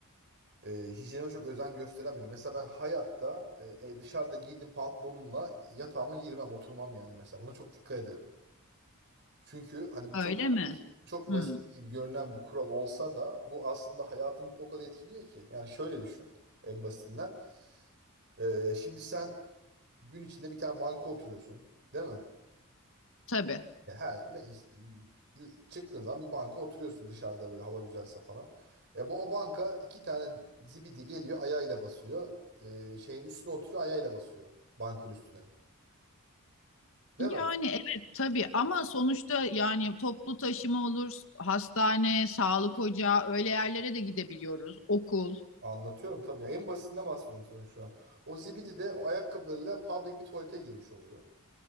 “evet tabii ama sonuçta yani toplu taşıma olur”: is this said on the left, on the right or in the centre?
Left